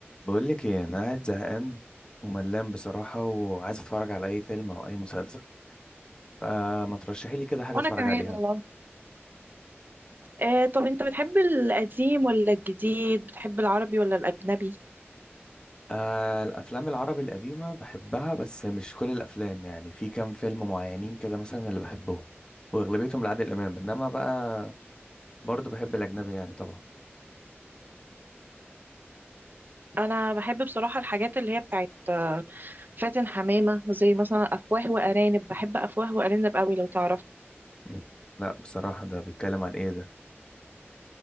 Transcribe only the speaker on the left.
بقول لك ايه انا قاعد زهقان وملان بصراحه وعايز اتفرج على اي فيلم او اي مسلسل فما ترشحي لي كده حاجه
اتفرج
عليها
آه الافلام العربي القديمه بحبها بس مش كل الافلام يعني في كام فيلم معينين كده مثلا اللي بحبهم واغلبيتهم لعادل امام انما بقى برضو بحب الاجنبي يعني طبعا
م. لا بصراحه ده بيتكلم عن ايه ده